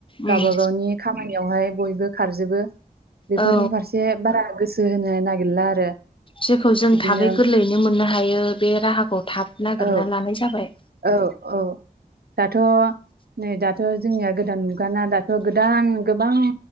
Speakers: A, on the left; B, on the right.
A: उम
B: गावबा गावनि खा खामानियावहाय बयबो खारजोबो बेफोरनि
A: औ
B: फारसे बारा गोसो होनो नागिरला आरो
A: जेखौ जों
B: बिदिनो
A: थाबै गोरलैयैनो मोननो हायो बे राहाखौ थाब नागिरना
B: औ
A: लानाय जाबाय
B: औ औ दाथ' नै दाथ' जोंनिया गोदान मुगाना दाथ' ओ गोदान गोबां